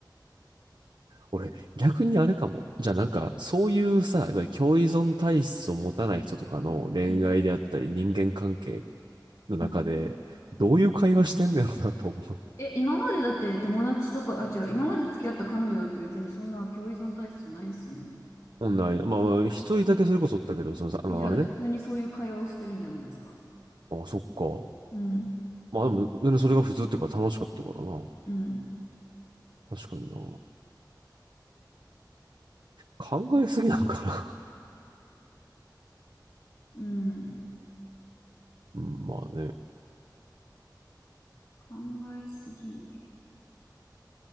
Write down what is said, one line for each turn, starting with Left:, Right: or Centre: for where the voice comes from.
Right: 俺、逆にあれかも。じゃあなんか、そういうさ、いわゆる共依存体質を持たない人とかの恋愛であったり、
Left: うん
Right: 人間関係の中で、
Left: うん
Right: どういう会話してんだろうなと思う。
Left: え、今までだって友達とか、あ、違う、今まで付き合った彼女だって別にそんな共依存体質じゃないですよね。
Right: <laughs> オンライン、まあ、一人だけそれこそだけど、そのさ、あの、
Left: えじゃあ普通にそういう会話をしてるんじゃないですか。
Right: あれね。ああ、そっか。
Left: うん。
Right: まあでも、それが普通っていうか楽しかったからな。
Left: うん。
Right: 確かにな考えすぎなのかな。
Left: うん。
Right: <laughs> うん、まあね。
Left: 考えすぎ。